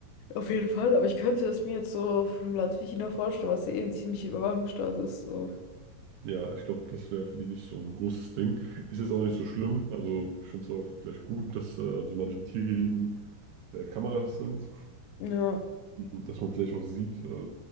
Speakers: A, on the left; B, on the right.
A: auf jeden Fall. Aber ich könnte es mir jetzt so von einem Land wie China vorstellen, was ja eh ein ziemlicher Überwachungsstaat ist. So.
B: Ja, ich glaube, das wäre für die nicht so ein großes Ding. Ist jetzt auch nicht so schlimm. Also, ich finde es auch vielleicht gut, dass äh, an so manchen Tiergehegen äh, Kameras sind,
A: Ja.
B: dass man vielleicht auch sieht, äh,